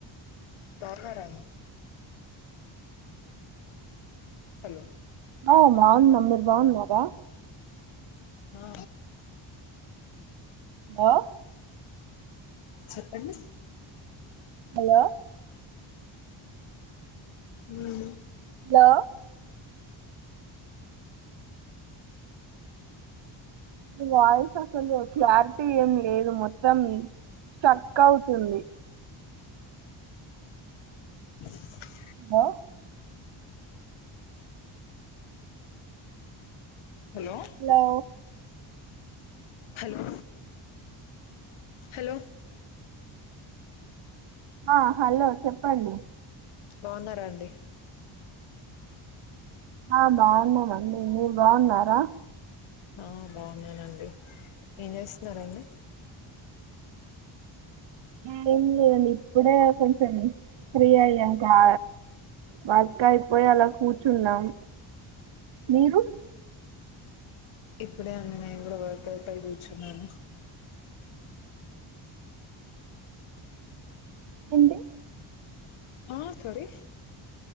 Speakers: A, on the left; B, on the right.
A: బావున్నారా అండి హలో
B: ఆ బావున్నా మీర్ రు బావున్నారా
A: హా
B: హలో
A: చెప్పండి
B: హలో
A: ఊమ్మ్
B: హలో మీ వాయిస్ అసలు క్లారిటీ ఏం లేదు మొత్తం స్టక్ అవుతుంది.
A: <unintelligible>
B: హలో
A: అ
B: హలో
A: హలో హలో హలో
B: ఆ హలో చెప్పండి
A: బావున్నారా అండి?
B: ఆ బావున్నానండి మీరు బావున్నారా?
A: ఆ బావున్నానండి ఏం చేస్తున్నారండి?
B: హ్మ్ అదేం లేదండి ఇప్పుడే కొంచెం ఫ్రీ అయ్యాం కా వర్క్ అయిపోయి అలా కూర్చున్నాం మీరు?
A: ఇప్పుడే అండి నేను కూడా వర్క్ అయిపోయి కూర్చున్నాను.
B: ఏంటి?
A: ఆ సోరీ